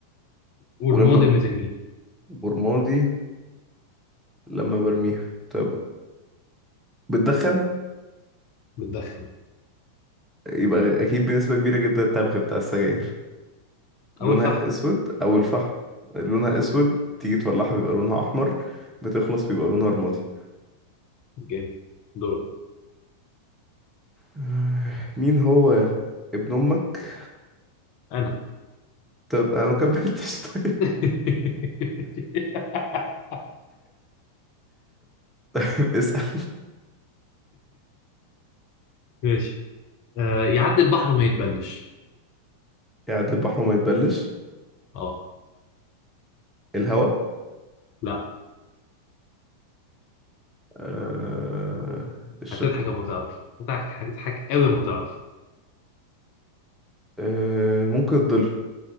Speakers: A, on the left; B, in the centre.
A: ورمادي
B: ولما
A: لما ترميه
B: برمادي لما برميها طيب بتدخن
A: بتدخن
B: يبقى غ- اكيد بنسبة كبيرة جدا التبغ بتاع السجاير لونها
A: اول فحم
B: اسود او الفحم لونها اسود تيجي تولعها بيبقى لونها احمر بتخلص بيبقى لونها رمادي
A: جامد دورك
B: آه، مين هو ابن امك
A: انا
B: طب انا ما كملتش طيب
A: <laughs>
B: <laughs> اسأل
A: ماشي آه يعدي البحر وما يتبلش
B: قاعد البحر وما يتبلش
A: اه
B: الهواء
A: لا
B: آه... الش...
A: هتضحك اما تعرف هتضحك هتضحك قوي اما تعرف
B: آه... ممكن الظل